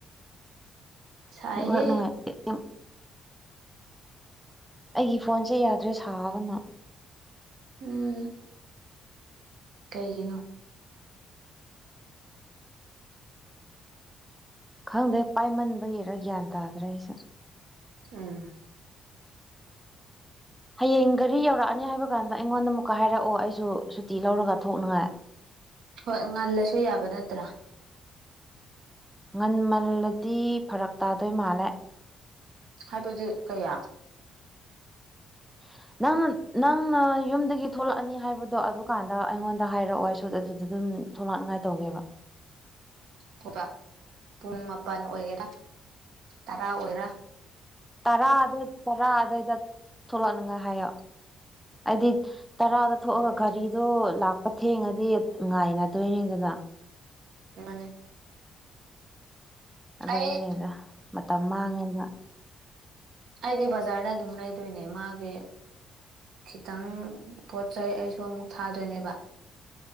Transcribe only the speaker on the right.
ꯁꯥꯏꯍꯦ
ꯎꯝ ꯀꯩꯒꯤꯅꯣ
ꯎꯝ
ꯍꯣꯏ ꯉꯜꯂꯁꯨ ꯌꯥꯕ ꯅꯠꯇ꯭ꯔꯥ
ꯍꯥꯏꯕꯗꯤ ꯀꯌꯥ
ꯑꯣꯏꯕ ꯄꯨꯡ ꯃꯥꯄꯜ ꯑꯣꯏꯒꯦꯔꯥ ꯇꯔꯥ ꯑꯣꯏꯒꯦꯔꯥ
ꯎꯝ
ꯃꯥꯅꯦ
ꯑꯩ
ꯑꯩꯗꯤ ꯕꯖꯥꯔꯗ ꯑꯗꯨꯝ ꯂꯩꯗꯣꯏꯅꯦ ꯃꯥꯒꯤ ꯈꯤꯇꯪ ꯄꯣꯠ ꯆꯩ ꯑꯩꯁꯨ ꯑꯃꯨꯛ ꯊꯥꯗꯣꯏꯅꯦꯕ